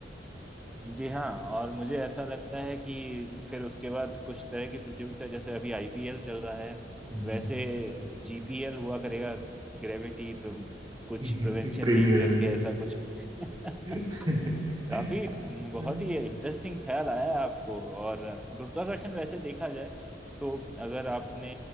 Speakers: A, in the centre; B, on the right.
A: जी हाँ और मुझे ऐसा लगता है कि फिर उसके बाद कुछ तरह की प्रतियोगिता जैसे अभी आईपीएल चल रहा है
B: हम्म।
A: वैसे जीपीएल हुआ करेगा ग्रेविटी प्र, कुछ
B: <laughs>
A: प्रिवेंशन
B: प्रीमियर
A: लीग करके ऐसा कुछ <laughs>
B: <laughs>
A: काफी बहुत ही इंटरेस्टिंग ख्याल आया है आपको और गुरुत्वाकर्षण वैसे देखा जाए तो अगर आपने